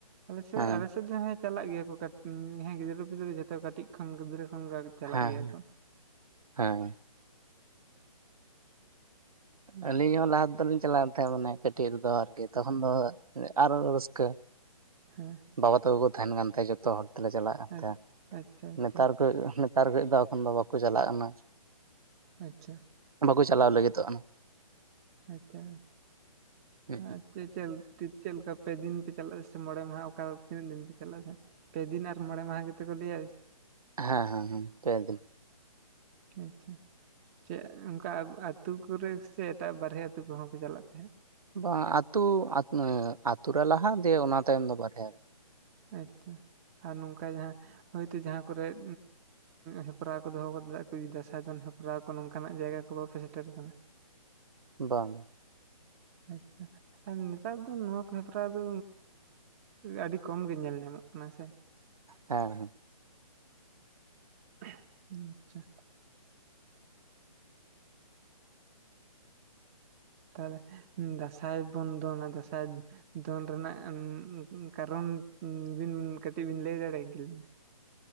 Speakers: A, on the right (about 20°); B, on the right (about 70°).
A: ᱟᱞ ᱥᱮᱫ
B: ᱦᱮᱸ
A: ᱟᱞᱮ ᱥᱮᱫ ᱫᱚᱱ ᱪᱟᱞᱟᱜ ᱜᱮᱭᱟ ᱠᱚ ᱠᱟᱹᱴᱤᱡ ᱦᱮᱸ ᱜᱤᱫᱽᱨᱟᱹ ᱯᱤᱫᱽᱨᱟᱹ ᱡᱚᱛᱚ ᱠᱟᱹᱴᱤᱡ ᱠᱷᱚᱱ ᱜᱤᱫᱽᱨᱟᱹ ᱠᱷᱚᱱ ᱪᱟᱞᱟᱜ
B: ᱦᱮᱸ
A: ᱜᱮᱭᱟ ᱠᱚ
B: ᱦᱮᱸ
A: ᱦᱮᱸ
B: ᱟᱹᱞᱤᱧ ᱦᱚᱸ ᱞᱟᱦᱟ ᱛᱮᱫ ᱞᱤᱧ ᱪᱟᱞᱟᱣᱮᱱ ᱛᱟᱦᱮᱸᱫ ᱢᱟᱱᱮ ᱠᱟᱹᱴᱤᱡ ᱨᱮᱫᱚ ᱟᱨᱠᱤ ᱛᱚᱠᱷᱚᱱ ᱫᱚ ᱟᱨᱚ ᱨᱟᱹᱥᱠᱟᱹ᱾
A: ᱦᱮᱸ
B: ᱵᱟᱵᱟ ᱛᱟᱠᱚ ᱠᱚ ᱛᱟᱦᱮᱱ ᱠᱟᱱ ᱛᱟᱦᱮᱸᱼᱟ ᱡᱚᱛᱚ ᱦᱚᱲ ᱛᱮᱞᱮ ᱪᱟᱞᱟᱜ ᱠᱟᱱ
A: ᱟᱪᱪᱷᱟ
B: ᱛᱟᱦᱮᱸᱱᱟ,
A: ᱟᱪᱪᱷᱟ
B: ᱱᱮᱛᱟᱨ ᱠᱟᱹᱡ ᱱᱮᱛᱟᱨ ᱠᱚ ᱫᱚ ᱮᱠᱷᱚᱱ ᱫᱚ ᱵᱟᱠᱚ ᱪᱟᱞᱟᱜ ᱠᱟᱱᱟ᱾
A: ᱟᱪᱪᱷᱟ
B: ᱵᱟᱠᱚ ᱪᱟᱞᱟᱣ ᱞᱟᱹᱜᱤᱫᱚᱜ ᱠᱟᱱᱟ᱾
A: ᱟᱪᱪᱷᱟ
B: ᱦᱮᱸ
A: <unintelligible> <unintelligible> ᱪᱮᱫ ᱞᱮᱠᱟ ᱯᱮ ᱫᱤᱱ ᱯᱮ ᱪᱟᱞᱟᱜᱼᱟ ᱥᱮ ᱢᱚᱬᱮ ᱢᱟᱦᱟ ᱚᱠᱟ ᱛᱤᱱᱟᱹᱜ ᱫᱤᱱ ᱯᱮ ᱪᱟᱞᱟᱜ ᱛᱟᱦᱮᱜ? ᱯᱮ ᱫᱤᱱ ᱟᱨ ᱢᱚᱬᱮ ᱢᱟᱦᱟ ᱜᱮᱛᱮ ᱠᱚ ᱞᱟᱹᱭᱟ᱾
B: ᱦᱮᱸ ᱦᱮᱸ ᱦᱮᱸ ᱯᱮ ᱫᱤᱱ᱾
A: ᱟᱪᱪᱷᱟ, ᱪᱮᱫ ᱚᱱᱠᱟ ᱟᱛᱳ ᱠᱚᱨᱮ ᱥᱮ ᱮᱴᱟᱜ ᱵᱟᱨᱦᱮ ᱟᱹᱛᱩ ᱠᱚᱦᱚᱸ ᱠᱚ ᱪᱟᱞᱟᱜ ᱛᱟᱦᱮᱸᱫ?
B: ᱵᱟᱝ ᱟᱹᱛᱩ, ᱟᱛᱹᱩ ᱨᱮ ᱞᱟᱦᱟ ᱫᱤᱭᱮ ᱚᱱᱟ ᱛᱟᱭᱚᱢ ᱫᱚ ᱵᱟᱨᱦᱮ ᱨᱮ᱾
A: ᱟᱪᱪᱷᱟ ᱟᱨ ᱱᱚᱝᱠᱟ ᱡᱟᱦᱟᱸ ᱦᱚᱭᱛᱚ ᱡᱟᱦᱟᱸ ᱠᱚᱨᱮᱜ ᱦᱮᱯᱨᱟᱣ ᱠᱚ ᱫᱚᱦᱚ ᱠᱟᱫᱟ ᱫᱟᱸᱥᱟᱭ ᱫᱚᱱ ᱦᱮᱯᱨᱟᱣ ᱠᱚ ᱱᱚᱝᱠᱟᱱᱟᱜ ᱡᱟᱭᱜᱟ ᱠᱚ ᱵᱟᱯᱮ ᱥᱮᱴᱮᱨ ᱠᱟᱱᱟ?
B: ᱵᱟᱝ ᱵᱟᱝ
A: ᱟᱪᱪᱷᱟ ᱟᱨ ᱱᱮᱛᱟᱨ ᱫᱚ ᱱᱚᱣᱟ ᱠᱚ ᱦᱮᱯᱨᱟᱣ ᱫᱚ ᱟᱹᱰᱤ ᱠᱚᱢ ᱜᱮ ᱧᱮᱞ ᱧᱟᱢᱚᱜ ᱠᱟᱱᱟ ᱥᱮ?
B: ᱦᱮᱸ ᱦᱮᱸ
A: <unintelligible> ᱟᱪᱪᱷᱟ ᱛᱟᱦᱚᱞᱮ ᱫᱟᱸᱥᱟᱭ ᱵᱚᱱᱫᱚᱱᱟ ᱫᱟᱸᱥᱟᱭ ᱫᱚᱱ ᱨᱮᱱᱟᱜ ᱠᱟᱨᱚᱱ ᱵᱤᱱ ᱠᱟᱹᱴᱤᱡ ᱵᱤᱱ ᱞᱟᱹᱭ ᱫᱟᱲᱮ ᱠᱤᱞᱤᱧᱟ?